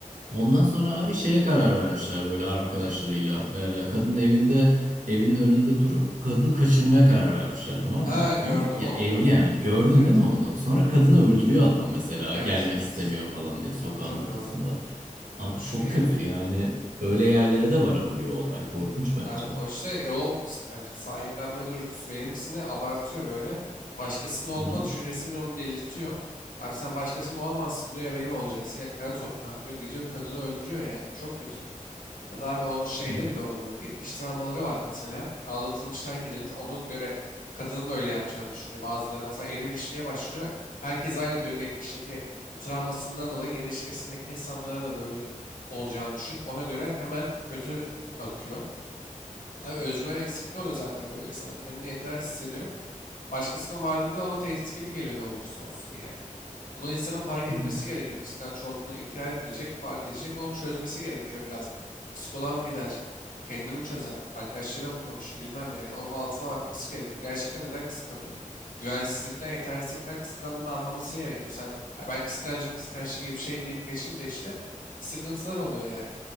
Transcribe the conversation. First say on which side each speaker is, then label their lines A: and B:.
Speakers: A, on the right; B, on the left.
A: Ondan sonra abi şeye karar vermişler böyle arkadaşlarıyla. Ee, kadının evinde evinin önünde durup kadını kaçırmaya karar vermişler tamam
B: Ha
A: mı?
B: gördüm
A: Ama ya
B: onu.
A: evli
B: gö-
A: yani gördün
B: evet
A: değil mi
B: evet.
A: onu? Sonra kadını öldürüyor adam mesela
B: Evet
A: gelmek
B: evet.
A: istemiyor falan diye
B: Tabii
A: sokağın
B: tabii
A: ortasında.
B: gördüm onu. Abi
A: Abi
B: düşün
A: çok
B: yani.
A: kötü yani böyle yerlere de varabiliyor olay korkunç bence.
B: Abi o işte yoğun kıskançlık, sahiplenme dürtüsü benimsini abartıyor böyle. Başkasının olma
A: Hı hı.
B: düşüncesi bile onu delirtiyor. Abi sen başkasının olamazsın diyor ya benim olacaksın ya kara toprağın diyor. Gidiyor kadını öldürüyor yani çok kötü. Ya da abi o şeyde
A: Hı hı.
B: bile olabiliyor. Geçmiş travmaları var mesela. Aldatılmış, terk edilmiş. Ona göre kadının da öyle yapacağını düşünüyor. Bazıları mesela yeni bir ilişkiye başlıyor. Herkes aynı diyor. Geçmişteki travmasından dolayı yeni ilişkisindeki insanlara da böyle olacağını düşünüp ona göre hemen kötü bakıyor. Abi özgüven eksikliği oluyor zaten böyle sana. Kendini yetersiz hissediyor. Başkasının varlığında da ona tehdit gibi geliyor ne olursa olsun yani. Bunu insanın fark etmesi
A: Hı
B: gerekiyor. Kıskanç olduğunu inkar etmeyecek, fark edecek. Onu çözmesi gerekiyor biraz. Psikoloğa mı gider? Kendini mi çözer? Arkadaşlarıyla mı konuşur? Bilmem yani. Onun altına bakması gerekiyor. Gerçekten neden kıskanıyor? Güvensizlikten, yetersizlikten kıskandığını anlaması gerekiyor. Sen "Ya ben kıskancım, kıskançlık gibi bir şey deyip geçince işte sıkıntılar oluyor yani